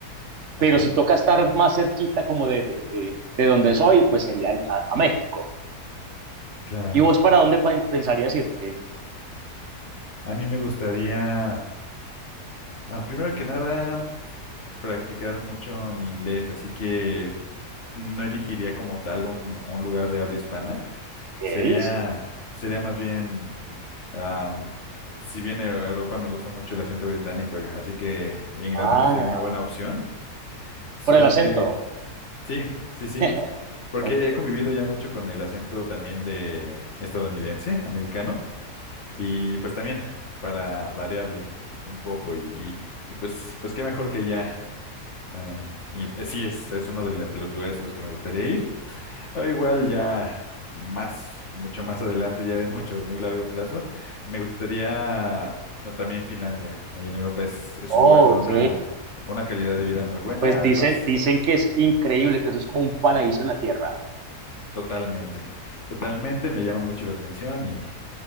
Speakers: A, on the left; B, on the right.
A: ajá,
B: pero si toca estar más cerquita como de, de, de- de donde soy, pues sería a, a México.
A: claro.
B: ¿Y vos para dónde pa- pensarías irte?
A: A mí me gustaría, ah, primero que nada, practicar mucho mi inglés, así que no elegiría como tal un, un lugar de habla hispana.
B: ¿Qué
A: Sería,
B: dices?
A: sería más bien, am, si bien en Europa me gusta mucho el acento británico, así que Inglaterra
B: Ah,
A: sería una buena opción. Solo
B: por el acento.
A: que, sí, sí, sí.
B: <laughs>
A: Porque
B: Ok.
A: he convivido ya mucho con el acento también de estadounidense, americano, y pues también para variarle un poco y, y- y, pues, pues qué mejor que ya. ay, y eh, sí, es, es uno de, la- de los lugares a los que me gustaría ir. O igual ya más, mucho más adelante, ya de mucho, muy largo plazo, me gustaría eh, también Finlandia. Ahí en Europa es, es
B: Oh,
A: un lugar con
B: ok.
A: una, una calidad de vida muy buena,
B: Pues
A: además,
B: dicen, dicen que es increíble, que eso es como un paraíso
A: sí.
B: en la tierra.
A: Totalmente, totalmente, me llama mucho la atención y,